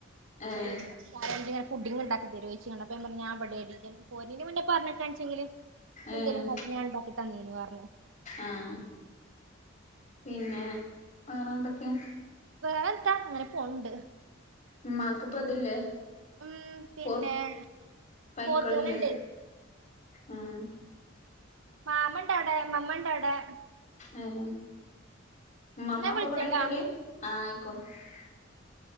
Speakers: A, on the left (about 40°); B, on the right (about 70°).
A: ഏഹ്
B: വിളിച്ചെണ <inaudible> ഫുഡിങ് ഉണ്ടാക്കി തെരുവോ ചോയിച്ച് അപ്പൊ ഞാൻ പറഞ്ഞ് ഞാൻ ഇവടേയാരിക്കും പോവുന്നേന് മുന്നേ പറഞ്ഞട്ടേങ്കിലേച്ച്
A: ഏഹ്
B: എന്തേലും നോക്ക് ഞാൻ ഉണ്ടാക്കി തന്നീന് പറഞ്ഞു
A: ആഹ് പിന്നെ വേറെ എന്തൊക്കെയാ
B: വേറെന്താ അങ്ങനെ പോണുണ്ട്
A: ഉമ്മാക്ക് ഇപ്പൊ ഇതില്ലേ
B: ഉം പിന്നെ
A: പോ പൈക്കളില്ലേ
B: പോത്തുകള്ണ്ട്
A: ഉം
B: മാമണ്ടവിടെ നമ്മൾ - എവടെ
A: ഉംഹ് അമ്മ
B: ഇന്നാ
A: അപ്പ
B: വിളിച്ചട്ടാ
A: കൂടെ എക്കല് ആഹ് <unintelligible>